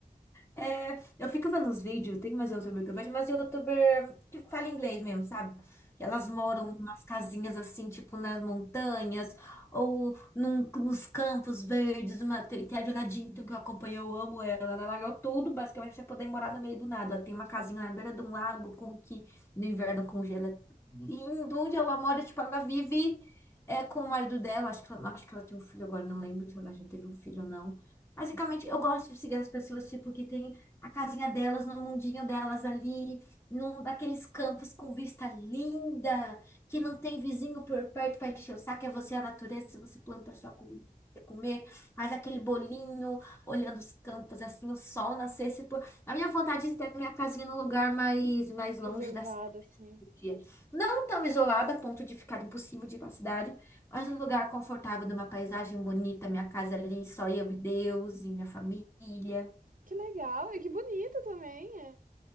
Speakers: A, on the left (about 15°); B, on the right (about 65°).
A: É, eu fico vendo os vídeos, tem mais youtuber que eu vejo, mas youtuber que fala inglês mesmo, sabe? Que elas moram em umas casinhas assim, tipo nas montanhas, ou num- nos campos verdes. Uma, tem, tem a Jonah Dinton que eu acompanho, eu amo ela. Ela largou tudo, basicamente, pra poder morar no meio do nada. Ela tem uma casinha na beira de um lago com que no inverno congela indo onde ela mora, tipo, ela vive é, com o marido dela. Acho que, ela- acho que ela tem um filho agora, não lembro se ela já teve um filho ou não. Basicamente, eu gosto de seguir as pessoas, tipo, que tem a casinha delas, no mundinho delas ali, num daqueles campos com vista linda, que não tem vizinho por perto para encher o saco, é você a natureza, você planta a sua comida. Comer, faz aquele bolinho, olhando os campos assim, o sol nascer, se pôr. A minha vontade é ter minha casinha num lugar mais, mais
B: reservada,
A: longe da
B: assim.
A: dia. Não tão isolada a ponto de ficar impossível de ir para a cidade, mas um lugar confortável, numa paisagem bonita, minha casa ali, só eu e Deus e minha família.
B: Que legal e que bonito também. é.